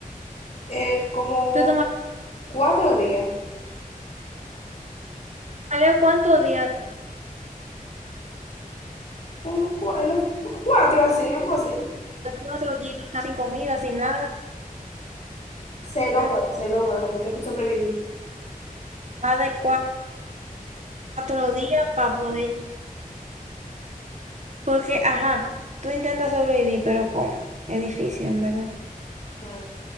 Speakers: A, on the left (about 50°); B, on the right (about 50°).
A: Eh, como
B: Te
A: cuatro días.
B: tomaría cuántos días.
A: un cu- en los- cuatro así, algo así.
B: Tú haces hoyito, estás sin comida, sin nada,
A: Se logra,
B: m-
A: se logra lo que hay que sobrevivir.
B: más de cuatro días para poder... Porque, ajá, tú intentas sobrevivir, pero ¿cómo? Es difícil, en verdad.
A: Mm.